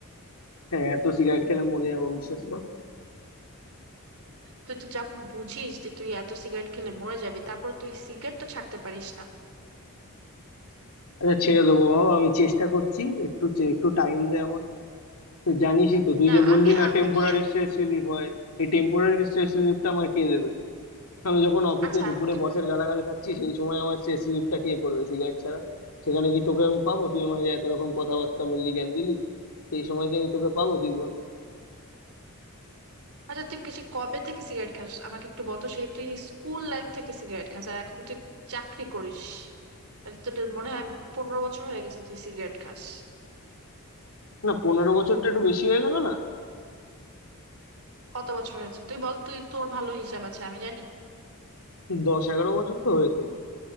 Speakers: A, on the left (about 70°); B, on the right (about 70°).
A: হ্যাঁ এত সিগারেট খেলে মরে যাবো বিশ্বাস কর
B: তুই তো যখন বুঝিস যে তুই এত সিগারেট খেলে মরে যাবি তারপর তুই সিগারেট তো ছাড়তে পারিস না
A: আচ্ছা ছেড়ে দেবো বাবা আমি চেষ্টা করছি একটু চে- একটু টাইম দে আমাকে তুই জানিসই তো তুই
B: না
A: যে বললি
B: আমি
A: না টেম্পোরারি
B: আমি
A: স্ট্রেস রিলিফ হয় এই টেম্পোরারি স্ট্রেস রিলিফটা আমায় কে দেবে আমি যখন অফিসে
B: আচ্ছা
A: দুপুরে
B: তুই
A: বসের গালাগাল খাচ্ছি সেই সময় আমার স্ট্রেস রিলিফটা কে করবে সিগারেট ছাড়া সেখানে কি তোকে আমি পাবো তুই আমায় যে এত রকম কথাবার্তা বললি জ্ঞান দিলি সেই সময় কি আমি তোকে পাবো তুই বল
B: আচ্ছা তুই কি- সেই কবে থেকে সিগারেট খাস আমাকে একটু বলতো সেই তুই স্কুল লাইফ থেকে সিগারেট খাস আর এখন তুই চাকরি করিস আর তোর মনে হয় পনেরো বছর হয়ে গেছে তুই সিগারেট খাস
A: না পনেরো বছরটা একটু বেশি হয়ে গেল না
B: কত বছর হয়েছে তুই বল তুই তোর ভালো হিসাব আছে আমি জানি
A: দশ এগারো বছর তো হয়েছে